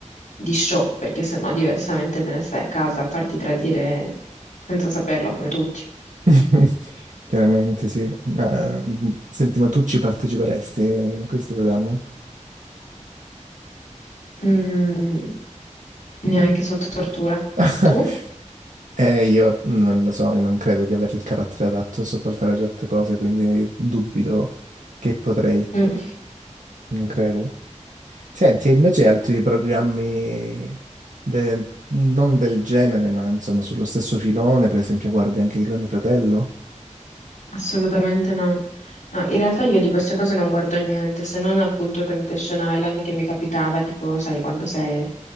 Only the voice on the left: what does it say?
di show, perché sennò diversamente te ne stai a casa a farti tradire senza saperlo come tutti.
Mm, neanche sotto tortura.
Tu?
Mm,
assolutamente no. No, in realtà io di queste cose non guardo niente, se non appunto Temptation Island che mi capitava, tipo, sai, quando sei